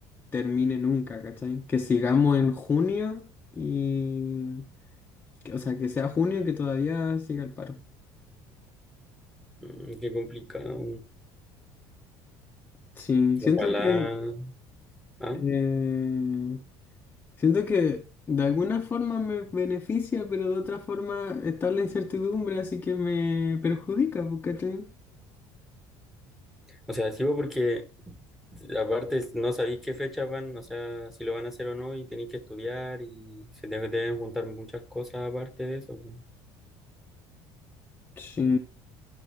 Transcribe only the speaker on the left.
termine nunca, ¿cachai? Que sigamos en junio y... que- o sea, que sea junio y que todavía siga el paro.
Sí, siento
que...
eh, siento que de alguna forma me beneficia, pero de otra forma está la incertidumbre, así que me perjudica, pues, ¿cachai?
Sí,